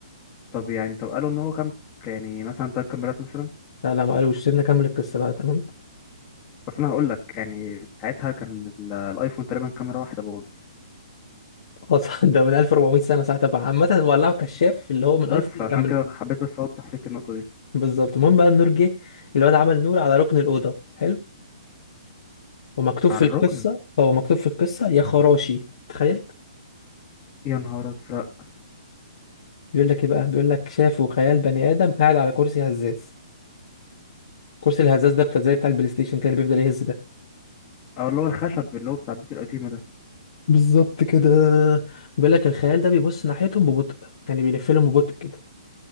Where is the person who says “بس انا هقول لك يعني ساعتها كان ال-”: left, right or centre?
Left